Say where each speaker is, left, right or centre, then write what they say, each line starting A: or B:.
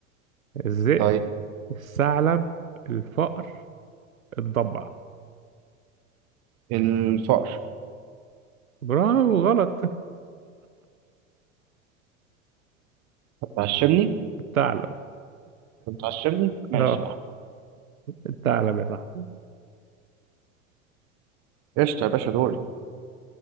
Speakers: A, on the right; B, on the right.
A: الذئب
B: طيب
A: الثعلب الفأر الضبع
B: الفقر
A: برافو غلط
B: هتعشمني
A: الثعلب
B: هتعشمني ماشي
A: اه
B: يا عم
A: الثعلب يا صاحبي
B: قشطة يا باشا دوري